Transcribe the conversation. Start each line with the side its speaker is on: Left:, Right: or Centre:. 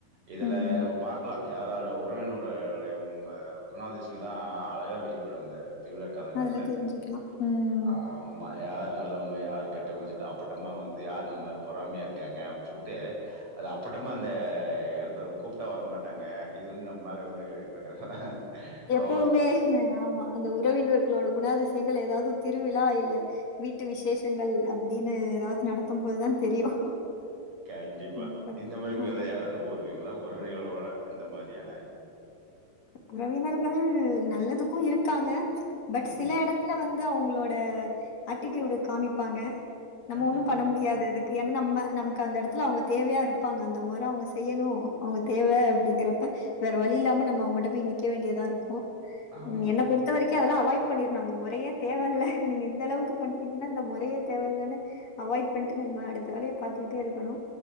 Right: இதுல
Left: ம்.
Right: நம்ம பாக்கலா யாரோட உறவினர் அவருடைய குணாதிசயம் இதெல்லா அழகா வெளிப்படும் இந்த திருவிழா காலங்கள்ல
Left: அதுல தெரிஞ்சுக்கலாம். ம்.
Right: ஆமா யாரு நல்லவங்க யார் கெட்டவங்க சொல்ட்டு அப்பட்டமா வந்து யாரு நம்மள பொறாமையா இருக்காங்க அப்படின்னு சொல்ட்டு அத அப்பட்டமா அந்த எடத்துக்கு கூப்ட்டா வர மாட்டாங்க இது வந்து நம் ம்மா தா வந்து வந்து <inaudible>
Left: எப்பவுமே ம் ஆமா அந்த உறவினர்களோட குண அதிசயங்கள் ஏதாவது திருவிழா இல்ல வீட்டு விசேஷங்கள் அப்பிடின்னு ஏதாவது நடக்கும் போதுதான் தெரியும்
Right: கண்டிப்பா
Left: இத பத்தி.
Right: இந்த மாரி உங்களுக்கு
Left: ஆமா.
Right: ஏதாவது அனுபவ இருக்குங்களா உறவினர்களோட இந்த மாரியான
Left: உறவினர்கள் நல்லதுக்கு இருக்காங்க பட்
Right: ம்.
Left: சில எடத்துல வந் து அவுங்களோட ஆட்டி ட்டூயுடு காமிப்பாங்க நம்ம
Right: கண்டிப்பா.
Left: ஒண்ணு பண்ண முடியாது இதுக் ஏன்னா நம்ம நம்க்கு அந்த எடத்துல அவுங்க தேவையா இருப்பாங்க அந்த மொற அவுங்க செய்யணு அவுங்க தேவ அப்பிடிங்கிறப்ப வேற வழி இல்லாம இன்று நம்ம அவுங்கிட்ட போய் நிக்க வேண்டியதா இருக்கு
Right: ஆமாமா.
Left: ம் என்ன பொறுத்த வரைக்கு அதெல்லா அவாய்ட் பண்ணிரணு அந்த மொறையே தேவல்ல நீங்க இந்த அளவுக்கு பண்றீங்கன்னா இந்த மொறையே தேவயில்லனு அவாய்ட் பண்ட்டு நம்ம அடுத் வேலய பாத்துட்டே இருக்கணு